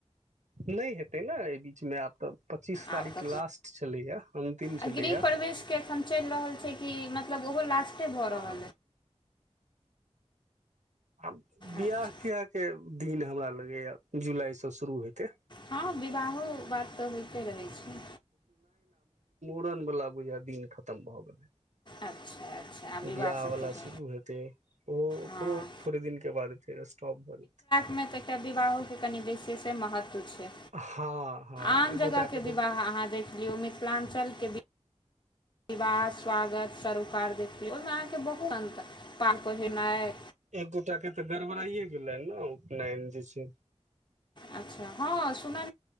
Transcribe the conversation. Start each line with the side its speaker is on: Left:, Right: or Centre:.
Right: नहि हेतै न एहि बीच में आब तऽ पच्चीस तारीख
Left: आब क
Right: लास्ट छलैया अन्तिम
Left: आ
Right: छलैया
Left: गृह परवेशके एखन चलि रहल छै कि मतलब ओहो लासटे बड़
Right: हँ
Left: ह
Right: आ बिवाह
Left: अच्छा
Right: किय के दिन हमरा लगैएा जुलाई से शुरू हेतै
Left: हँ विवाहो बात तऽ होइते रहै छै
Right: न बला बुझा दिन खतम भऽ गेलै
Left: अच्छा अच्छा आ विवाह
Right: बिवाह
Left: सभके
Right: वालला शुरू हेतै ओहो ओकरो
Left: हँ
Right: थोड़े दिन के बाद फेर स्टॉप भऽ जेतै
Left: ऽ एकटा विवाहोक के कनि विशेष ते महत्व छै
Right: हँ हँ
Left: आन
Right: एक
Left: जगह
Right: गोटा
Left: के
Right: तऽ
Left: विवाह अहाँ देख लिओ मिथिलाञ्चलके बीच विवाह स्वागत सरोकार देखतीियै ओहिमे अहाँके बहुत अन्त पाल पहिनाइ
Right: एकगोटााके तऽ गड़बड़इए गेलै ने उपनयन जे छै
Left: अच्छा हँ सुना